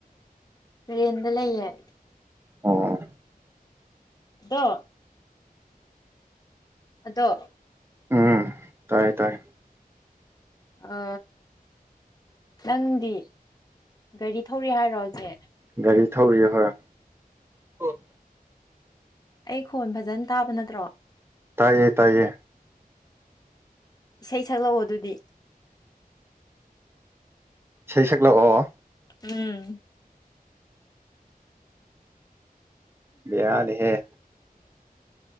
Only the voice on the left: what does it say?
ꯑꯦꯗ ꯂꯌꯦꯌꯦꯦ
ꯗꯣ ꯑꯗꯣ
ꯑ ꯅꯪꯗꯤ ꯒꯥꯔꯤ ꯊꯧꯔꯤ ꯍꯥꯏꯔꯣ ꯍꯧꯖꯤꯛ
ꯑꯩ ꯈꯣꯟ ꯐꯖꯅ ꯇꯥꯕ ꯅꯠꯇ꯭ꯔꯣ
ꯏꯁꯩ ꯁꯛꯂꯛꯑꯣ ꯑꯗꯨꯗꯤ
ꯎꯝ